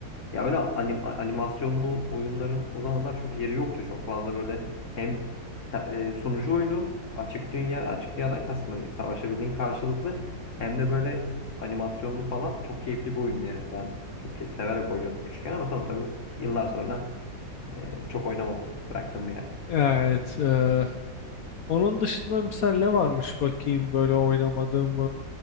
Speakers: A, on the left; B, on the left.
A: ya böyle anim, animasyonlu oyunların o zamanlar çok yeri yoktu çok fazla böyle hem te- e, sunucu oyunu açık dünya açık dünyadan kastım hani savaşabildiğin karşılıklı hem de böyle animasyonlu falan çok keyifli bir oyundu yani ben çok key- severek oynuyordum küçükken ama sonra tabii yıllar sonra e, çok oynamadım bıraktım bir yerde.
B: <laughs> Evet. e, onun dışında misal ne varmış bakayım böyle oynamadığım